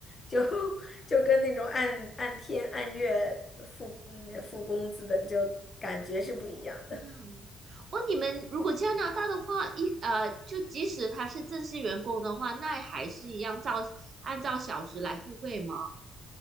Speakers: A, on the left (about 30°); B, on the right (about 45°).
A: 就 <laughs> 就跟那种按按天按月付嗯付工资的就感觉是不一样的。
B: 这样哦，你们如果加拿大的话，一呃，就即使他是正式员工的话，那还是一样照按照小时来付费吗？